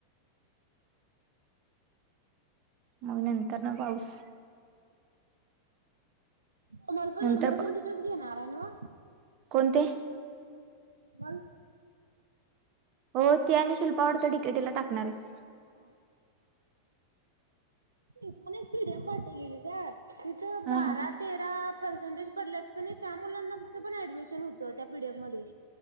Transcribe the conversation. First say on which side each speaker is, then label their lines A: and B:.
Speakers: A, on the right; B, on the right.
A: अनंतर ना पाऊस
B: सोनल पण
A: नंतर
B: इचलकरंजीतच घेणार आहे नव
A: कोणते
B: कोमल
A: हो ते आणि शिल्पा वाडत डिकेटीला टाकणार आहे
B: ह त पण एक पीडीएफ पाठवलेली ग तिथं
A: हा
B: बारा
A: हा
B: तेरा पर्सेंटेज पडल्यात क त्या मुलांना पण ऍडमिशन होत त्या पीडीएफ मध्ये